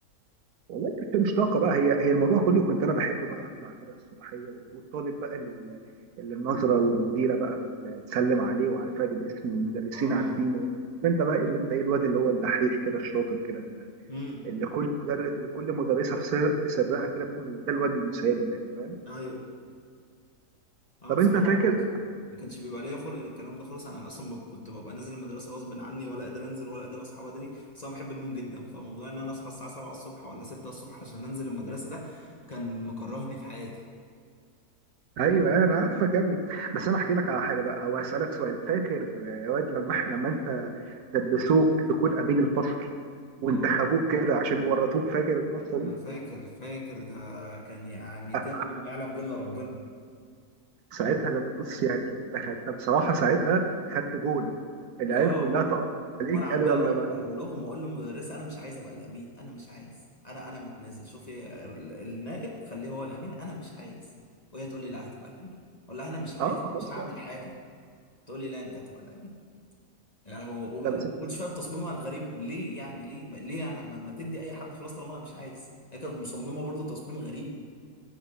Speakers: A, on the right (about 75°); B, on the left (about 30°).
A: والله كنت مش طاقه بقى هي هي الموضوع كله كنت انا بحب بقى اطلع كده الصبحيه والطالب بقى ال- اللي النظره والمديره بقى بت- بتسلم عليه وعارفاه بالاسم والمدرسين
B: اه
A: عارفينه يعني انت بقى اللي انت ايه الواد اللي هو الدحيح كده الشاطر كده اللي
B: امم
A: اللي كل مدرس لكل مدرسه في سر في سرها كده بتقول ده الواد المثالي يعني فاهم
B: ايوه انا
A: طب
B: بصراحه
A: انت فاكر
B: ما كانش ما كانش بيبقى ليا خلق للكلام ده خالص انا اصلا ب- كنت ببقى نازل المدرسه غصب عني ولا قادر انزل ولا قادر اصحى بدري بس انا بحب النوم جدا فموضوع ان انا اصحى الساعه 7 الصبح ولا 6 الصبح عشان انزل المدرسه ده كان مكرهني في حياتي
A: ايوه أيوة، انا عارفك يا ابني بس انا احكي لك على حاجه بقى او اسالك سؤال فاكر آه، يا واد لما احنا لما انت دبسوك تكون امين الفصل وانتخبوك
B: اه
A: كده عشان يورطوك فاكر القصه دي
B: انا فاكر فاكر ده كان يعني
A: آه،
B: ترم ما يعلم به الا ربنا
A: ساعتها لما بص يعني انت خدت بصراحه ساعتها خدت جون العيال
B: اه
A: كلها تقطع عليك
B: وانا عمال
A: قالوا يلا
B: اروح
A: بقى
B: اقول لهم واقول للمدرسه انا مش عايز ابقى الامين انا مش عايز انا انا متنازل شوفي ال- النائب خليه هو الامين انا مش عايز وهي تقول لي لا هتبقى الامين اقول لها انا مش عايز
A: اه
B: أنا
A: خلاص
B: مش هعمل
A: بقى
B: حاجه تقول لي لا انت هتبقى الامين يعني هو وما
A: لا بس
B: كنتش فاهم تصميمها الغريب ليه يعني ليه ما- ليه انا ما ما تدي اي حد خلاص طالما انا مش عايز هي كانت مصممه برضه تصميم غريب